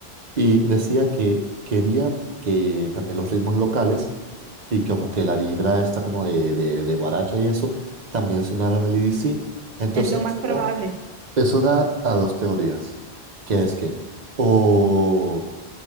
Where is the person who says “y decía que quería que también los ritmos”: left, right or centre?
Right